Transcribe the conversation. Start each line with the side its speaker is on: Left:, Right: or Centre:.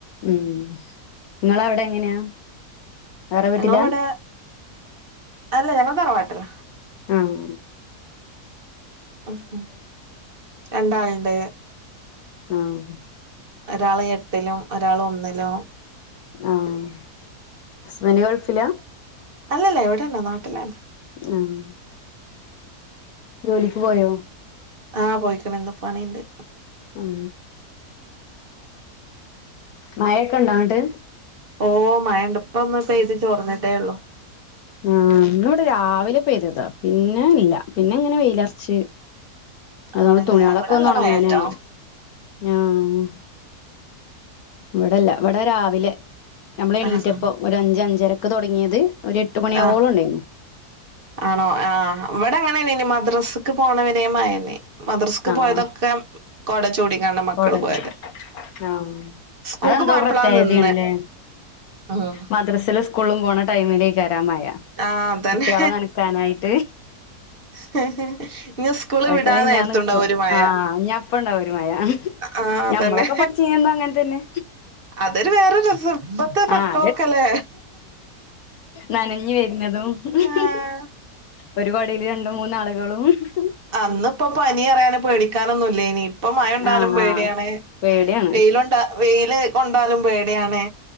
Left: ഹും ഇങ്ങളവിടെ എങ്ങനെയാ വേറെ വീട്ടിലാ
Right: ഞങ്ങളവിടെ അല്ല ഞങ്ങ തറവാട്ടിലാ
Left: ആഹാ
Right: ഹു ഹും രണ്ടാളിണ്ട്
Left: ആഹ്
Right: ഒരാള് എട്ടിലും ഒരാള് ഒന്നിലും.
Left: ആഹ് ഹസ്ബന്റ് ഗൾഫിലാ?
Right: അല്ലല്ല എവിടെന്നെ നാട്ടിലാണ്.
Left: ആഹ് ജോലിക്ക് പോയോ?
Right: ആഹ് പോയിക്ക്ണ ഇന്ന് പണീണ്ട്
Left: ഹും മയൊക്കെണ്ടൊ അങ്ങിട്ട്
Right: ഓ മയണ്ട് ഇപ്പ ഒന്ന് പെയ്ത് ചോർന്നിതേ ഉള്ളു
Left: ആഹ് ഇന്ന് ഇവടെ രാവിലെ പെയ്തതാ പിന്നെ ഇല്ല പിന്നെ ഇങ്ങനെ വെയിലൊറച്ച് അതുകൊണ്ട്
Right: ആണല്ലേ
Left: തുണികളൊക്കെ
Right: ഇവിടെ നല്ല
Left: ഒന്ന് ഒണങ്ങാനായി
Right: മഴയാട്ടോ
Left: ആഹ് വടെല്ല വടെ രാവിലെ നമ്മള് എണീറ്റപ്പോ
Right: ആഹ്
Left: ഒരു അഞ്ച് അഞ്ചരക്ക് തുടങ്ങിയത് ഒരു എട്ട് മണിയാവോളം
Right: ആഹ്
Left: ഉണ്ടായിരുന്നു.
Right: ആണോ ആഹ് വടെ ങ്ങനെന്നെനി മദ്രാസക്ക് പോണവരേ മയെന്നേ മദ്രസ്ക്ക്
Left: ആഹ്
Right: പോയതൊക്കെ കൊട ചൂടിക്കാണ്ട് മക്കള്
Left: കോടജും
Right: പോയത്
Left: ആഹ്
Right: സ്കൂൾക്ക്
Left: അത് എന്തോ
Right: പോയപ്പളാ
Left: പ്രത്യേകതയാണല്ലേ
Right: നിന്നെ ഉം
Left: മദ്രസേല് സ് സ്കൂളും പോണ ടൈമിലേക്കൊരാ മയാ
Right: ആഹ് അതന്നെ
Left: കുട്ടിളെ നനക്കാനായിട്ട്
Right: <unintelligible>
Left: അത്
Right: വിടാൻ
Left: കയി
Right: നേരത്തുണ്ടാവും
Left: ഞാൻ നിക്കും
Right: ഒരു മഴ
Left: ആഹ് ഞപ്പണ്ടാവും ഒരു മയ
Right: ആഹ് അതന്നെ
Left: ഞമ്മളൊക്കെ പഠിച്ച ചെയ്യുപം അങ്ങനെ തന്നെ
Right: അതൊരു വേറെ രസം ഇപ്പത്തെ മക്കളൊക്കെല്ലേ
Left: ആഹ് നനഞ്ഞ് വരുന്നതും ഹു
Right: ആഹ്
Left: ഹും ഒരു കുടേല് രണ്ട് മൂന്നാളുകളുംഹും ഹു
Right: അന്ന്പ്പോ പനി അറിയാന് പേടിക്കാനൊന്നുല്ല്യാനി ഇപ്പൊ മഴ കൊണ്ടാലും
Left: ആഹ്
Right: പേടിയാണ്
Left: ആഹ് പേടിയാണ്
Right: വെയിലൊണ്ട വെയില് കൊണ്ടാലും പേടിയാണ്